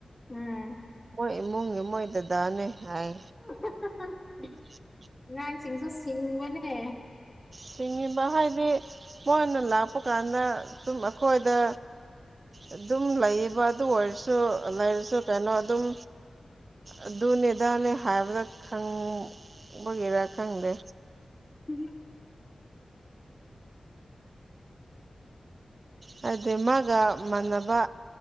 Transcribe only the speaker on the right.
ꯈ‌ꯣꯏ ꯏꯃꯨꯡꯒꯤ ꯃꯣꯏ ꯗꯥꯗꯥꯅꯦ ꯍꯥꯏ
ꯎꯝ <unintelligible>
ꯁꯤꯡꯉꯤꯕ ꯍꯥꯏꯗꯤ ꯃꯣꯏꯅ ꯂꯥꯛꯄ ꯀꯥꯟꯗ ꯁꯨꯝ ꯑꯈꯣꯏꯗ ꯑꯗꯨꯝ ꯂꯩꯌ‌ꯦꯕ ꯑꯗꯨ ꯑꯣꯏꯔꯁꯨ ꯂꯩꯔꯁꯨ ꯀꯩꯅꯣ ꯑꯗꯨꯝ ꯑꯗꯨꯅꯦ ꯑꯗꯥꯅꯦ ꯍꯥꯏꯕꯗ ꯈꯪ ꯕ ꯒꯤꯔꯥ ꯈꯪꯗꯦ
ꯍꯥꯏꯗꯤ ꯃꯥꯒ ꯃꯥꯟꯅꯕ